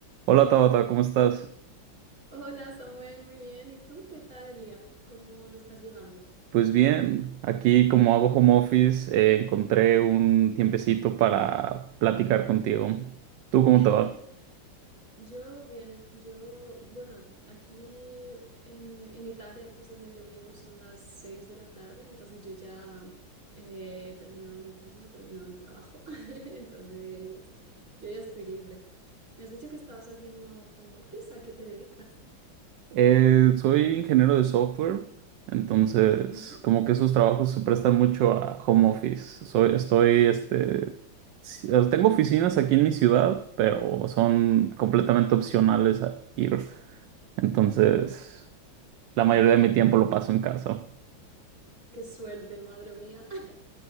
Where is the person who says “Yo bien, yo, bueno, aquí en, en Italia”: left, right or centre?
Right